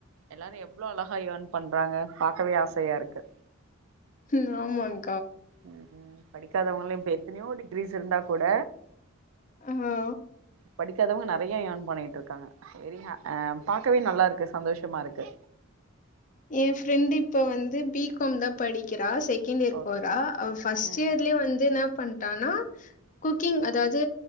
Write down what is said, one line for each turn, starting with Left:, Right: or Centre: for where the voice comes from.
Right: எல்லாரும் எவ்ளோ அழகா ஏர்ன் பண்றாங்க பாக்கவே ஆசையா இருக்கு
Left: ஹ்ம் ஆமாங்
Right: ம் ம் படிக்காதவங்களே இப்ப எத்தனையோ டிகிரீஸ் இருந்தா கூட
Left: ஆ ஓ
Right: படிக்காதவங்க நெறைய ஏர்ன் பண்ணிட்டு இருக்காங்க வெரி ஹா ஆ பாக்கவே நல்லா இருக்கு சந்தோஷமா இருக்கு
Left: என் பிரெண்ட் இப்ப வந்து பிகாம் தா படிக்கிறா செக செகண்ட் இயர்
Right: ஓக்
Left: போறா அவ பஸ்ட்
Right: ம்
Left: இயர்லயே வந்து என்னா பண் த் ஆனா குக்கிங் அதாவது